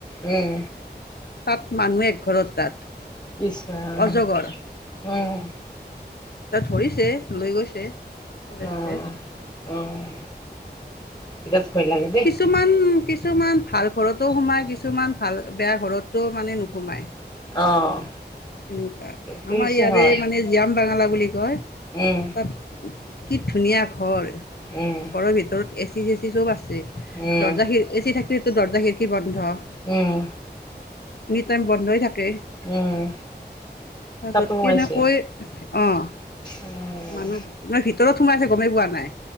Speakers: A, on the left; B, on the left.
A: উম।
B: তাত, মানুহ একঘৰত তাত।
A: ইস্ ৰাম।
B: অজগৰ
A: অঁ
B: তাত ধৰিছে লৈ গৈছে ফৰেষ্টে
A: অ' অ' বিৰাট ভয় লাগে দেই।
B: কিছুমান কি কিছুমান ভাল ঘৰতো সোমাই কিছ- কিছুমান ভাল বেয়া ঘৰতো মানে নোসোমায়।
A: অ'
B: এনেকুৱা
A: বুজিছা
B: আমাৰ ইয়তে
A: হয়
B: মানে জীয়াম বাঙালা বুলি কয়
A: উম।
B: তাত কি ধুনীয়া ঘৰ
A: উম,
B: ঘৰৰ ভিতৰত এ চি জেছি চব আছে। আছে,
A: উম,
B: দৰ্জা খিৰ এ চি থাকিলে টো দৰ্জা খীৰ কি বন্ অঁ,
A: উম,
B: এনিটাইম বন্ধই থাকে,
A: উম,
B: তাৰপাছত
A: তাতো সোমাইছে।
B: কেনেকৈ অঁ,
A: অ',
B: মানুহ, মই ভিতৰত সোমাই থাকো গমেই পোৱা নাই।